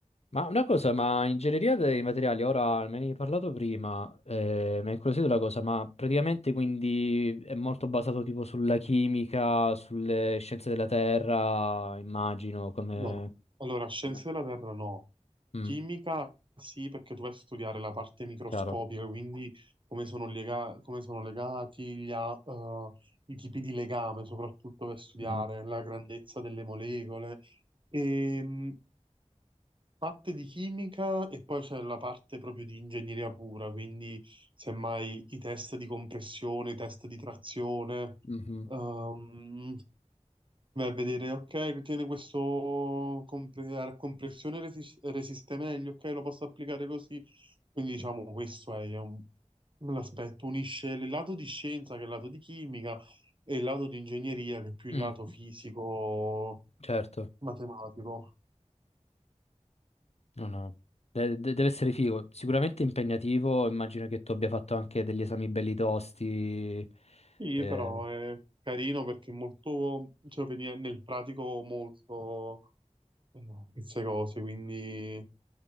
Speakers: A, on the left; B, on the right.
A: Ma una cosa, ma ingegneria dei materiali, ora me ne hai parlato prima, eh, mi ha incuriosito la cosa, ma praticamente quindi è molto basato tipo sulla chimica, sulle scienze della terra, immagino, come...
B: No, allora scienze
A: Come-
B: della Terra no,
A: Mm,
B: chimica sì perché tu vai a studiare la parte microscopica,
A: chiaro.
B: quindi come sono, lega- come sono legati gli a- eh, i tipi di legame, soprattutto per studiare
A: Mm,
B: la grandezza delle molecole. E, mh, parte di chimica e poi c'è la parte proprio di ingegneria pura, quindi semmai i test di compressione, i test di trazione.
A: Mm. mhm.
B: ehm, Vai a vedere, ok, tiene questo compre- a compressione resis- resiste meglio, ok, lo posso applicare così. Quindi diciamo questo è un- l'aspetto, unisce il lato di scienza che è il lato di chimica e il lato di ingegneria che è più il
A: Mm,
B: lato fisico,
A: certo,
B: matematico.
A: no, no. De- de- deve essere figo, sicuramente impegnativo, immagino che tu abbia fatto anche degli esami belli tosti.
B: Sì,
A: eh,
B: però è carino perché è molto, cioè veniva nel pratico molto eh, queste cose, quindi